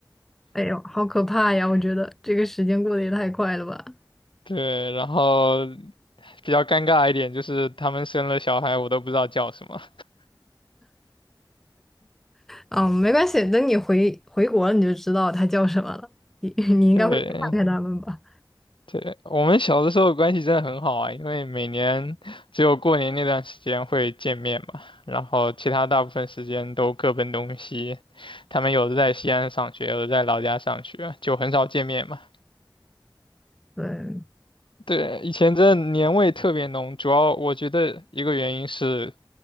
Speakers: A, in the centre; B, on the left.
A: 哎呦，好可怕呀！我觉得这个时间过得也太快了吧。
B: <laughs> 对，然后比较尴尬一点就是他们生了小孩，我都不知道叫什么。
A: 嗯，没关系，等你回回国了你就知道它叫什么了。你 <laughs> 你应该会去看看它们吧？
B: 对，对，我们小的时候关系真的很好啊，因为每年只有过年那段时间会见面嘛，然后其他大部分时间都各奔东西。他们有的在西安上学，有的在老家上学，就很少见面嘛。
A: 对，
B: 对，以前真的年味特别浓，主要我觉得一个原因是